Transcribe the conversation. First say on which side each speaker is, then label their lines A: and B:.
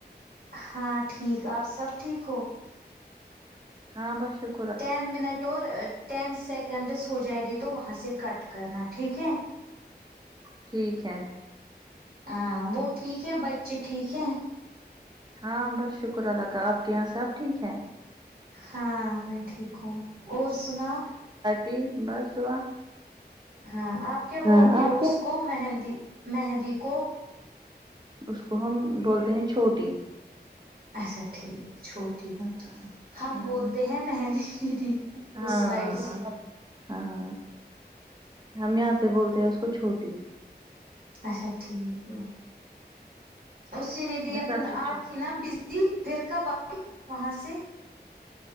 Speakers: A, on the right; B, on the right.
A: ہاں ٹھیک آپ سب ٹھیک ہو
B: ہاں بس شک
A: ٹین منٹ اور ٹین سیکنڈس ہو جائیں گی تو وہاں سے کٹ کرنا ٹھیک ہے
B: ٹھیک ہے
A: ہاں وہ ٹھیک ہے بچے ٹھیک ہیں
B: ہاں بس شکر اللہ کا آپ کے یہاں سب ٹھیک ہے
A: ہاں میں ٹھیک ہوں اور سنو
B: جی بس دعا
A: ہاں آپ کیا
B: ہاں
A: بولتی
B: آپ
A: ہو اس کو مہندی مہندی کو
B: اس کو ہم بولتے ہیں چھوٹی
A: اچھا ٹھیک چھو ٹی
B: ہاں
A: ہم
B: ہاں
A: بولتے ہیں مہندی دیدی
B: ہاں
A: اس سائڈ سے
B: ہاں ہم یہاں سے بولتے ہیں اس کو چھوٹی
A: اچھا ٹھیک وہی اسی نے دیا
B: میں سب
A: تھا
B: سے
A: آپ
B: چھوٹی
A: تھی
B: ہوں
A: نا بزی پھر کب آئی وہاں سے